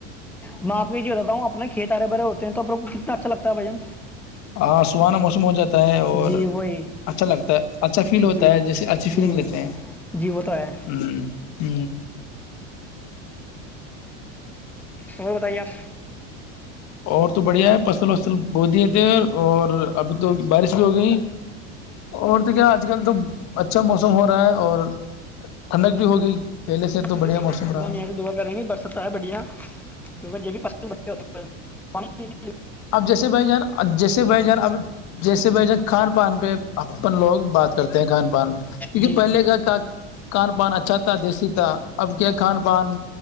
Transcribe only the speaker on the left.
ہاں سوان موسم ہو جات اور
اچھا لگتا اچھا فیل ہوتا
ہے جیسے اچھی فیلنگ
لیتے ہیں
ہ ہ
اور تو بڑھیا ہے فصل وصل ب دیے تھے اور اور ابھی تو بارش بھی ہو گئی اور د کیا آج کل تو اچھا موسم ہو رہا ہے اور ٹھنڈک بھی ہو گئی پہلے سے تو
بڑھیا موسم رہا
اب جیسے بھائی جان جیسے بھائی جان اب جیسے بھائی جان کھان پان پہ اپن لوگ بات کرتے ہیں کہان پ کیکہ
پہلے کا کھان پان اچھا تھا دیسی تھا اب کیا کھان پان